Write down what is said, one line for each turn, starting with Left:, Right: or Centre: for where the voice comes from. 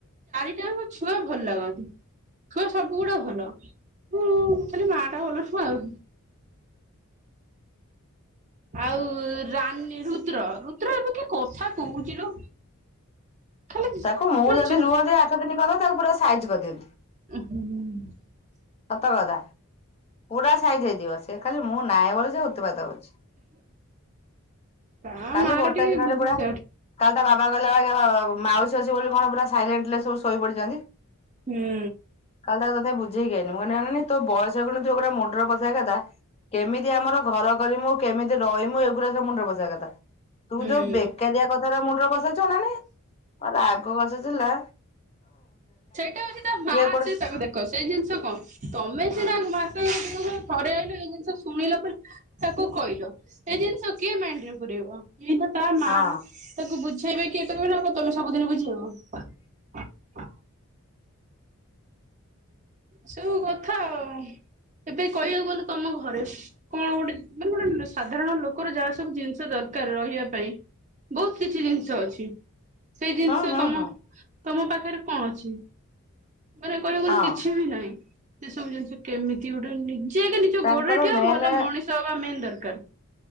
Right: ତାଙ୍କ ଛୁଆ ଭଲ ଲାଗନ୍ତି। ଛୁଆ ସବୁ ଗୁଡା ଭଲ ଉଁ ଖାଲି ମା ଟା ଭଲ ନୁହେଁ ଆଉ ଆଉ ରାନୀ ରୁଦ୍ର ରୁଦ୍ର ଏବେ କି କଥା କହୁଚି ଲୋ ଖାଲି
Left: ତାକୁ ମୁଁ
Right: ମାନେ
Left: ଯଦି
Right: ଚୁ
Left: ରୁହନ୍ତି ଆଠ ଦିନ କରନ୍ତ ତାକୁ ପୁରା ସାଇଜ୍ କରିଦିଅନ୍ତି।
Right: ଉହୁଁ
Left: ସତ କଥା ପୁରା ସାଇଜ ହେଇଯିବ ସେ ଖାଲି ମୁଁ ନାହିଁ ବୋଲି ଉତୁପାତେ ହୋଉଚି।
Right: ତା
Left: କାଲି
Right: ମା
Left: ଗୋଟେ
Right: ର ଟିକେ
Left: ଦିନରେ
Right: ବୁଦ୍ଧି
Left: ପୁରା
Right: ସଟ୍
Left: କାଲି ତା ବାବା କହିଲା <unintelligible> ମାଉସୀ ଅଛି ବୋଲି କଣ ପୁରା ସାଇଲେଣ୍ଟଲି ସବୁ ଶୋଇ ପଡିଛନ୍ତି
Right: ହୁଁ।
Left: କାଲି ତାକୁ ତଥାପି ବୁଝ୍ ମୁଁ କହିଲି ଅନାନି ବୟସ ବେଳୁ ତୁ ଏଇ ଗୁଡ଼ା ମୁଣ୍ଡର ବସେଇବା କଥା କେମିତି ଆମର ଘର କରିମୁ କେମିତି ରହିମୁ ଏଗୁରା ସବୁ ମୁଣ୍ଡରେ ପସେଇବା କଥା। ତୁ
Right: ହୁଁ
Left: ଯୋଉ ବେକାରିଆ କଥାରା ମୁଣ୍ଡରେ ପସେଇଚୁ ଅନାନୀ ମୋ ରାଗ ବସୁଥିଲା
Right: ସେଇଟା ହୋଉଚି ତା ମା
Left: କୋଉଠି
Right: ଅଛି ତାକୁ ଦେଖ ସେଇ ଜିନିଷ କଣ ତମେ ସିନା ମାସକେରେ ଦିନକରେ ଥରେ ଆଇଲ ଏଇ ଜିନିଷ ଶୁଣିଲ ବୋଲି ତାକୁ କହିଲ ଏ ଜିନିଷ କିଏ ମାଇଣ୍ଡରେ ପୁରେଇବ? ତା ମା
Left: ହଁ
Right: ତାକୁ ବୁଝେଇବେ କିଏ କରିବେ ନା ତମେ ସବୁଦିନ ବୁଝେଇବ? <inaudible> ସବୁ କଥା ଆଉ। ଏବେ କହିବାକୁ ଗଲେ ତମ ଘରେ କଣ ଗୋଟେ ମାନେ ଗୋଟେ ସାଧାରଣ ଲୋକର ଯାହା ସବୁ ଜିନିଷ ଦର ଦରକାର ରହିବା ପାଇଁ ବହୁତ କିଛି ଜିନିଷ ଅଛି। ସେଇ ଜିନିଷ
Left: ହୁଁ ହୁଁ
Right: ତମ
Left: ହୁଁ
Right: ତମ ପାଖରେ କଣ ଅଛି। ମାନେ କହିବାକୁ ଗଲେ
Left: ହଁ
Right: କିଛି ବି ସେ ସବୁ ଜିନିଷ କେମିତି ଗୋଟେ ନି ସିଏ ଆଗେ ନିଜ
Left: ତାଙ୍କର
Right: ଗୋଡରେ ଠିଆହ
Left: ମେନେ
Right: ଭଲ ମଣିଷ ହବା ମେନ୍ ଦରକାର।